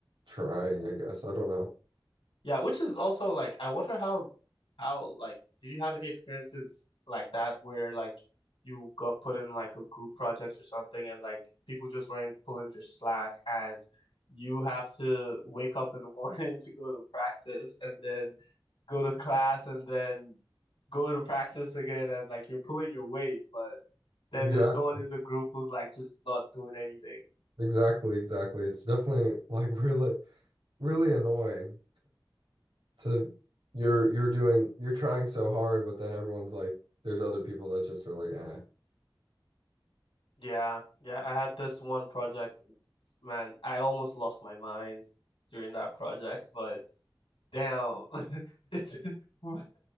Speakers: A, on the right; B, on the left.
A: trying, I guess. I don't know.
B: Yeah, which is also like I wonder how how like did you have any experiences like that where like you got put in like a group project or something and like people just weren't pulling your slack and you have to wake up in the morning <laughs> to go to practice and then go to class and then go to practice again and like you're pulling your weight, but then
A: Exactly.
B: there's someone in the group who's like just not doing anything.
A: Exactly, exactly. It's definitely like <laughs> really really annoying. to you're you're doing you're trying so hard, but then everyone's like, there's other people that just are like, eh,
B: Yeah, yeah, I had this one project. Man, I almost lost my mind during that project, but damn, <laughs> it's <laughs>